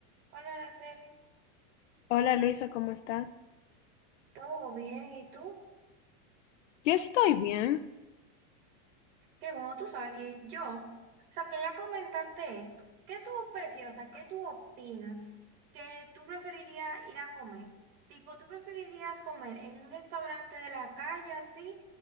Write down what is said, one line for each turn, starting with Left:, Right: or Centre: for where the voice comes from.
Right: Hola, Araceli.
Left: Hola Luisa, ¿cómo estás?
Right: ¿Todo bien? ¿Y tú?
Left: Yo estoy bien.
Right: Qué bueno, tú sabes que yo, o sea, quería comentarte esto. ¿Qué tú prefieres? O sea, ¿qué tú opinas? ¿Que tú preferirías ir a comer? Tipo, ¿tú preferirías comer en un restaurante de la calle así?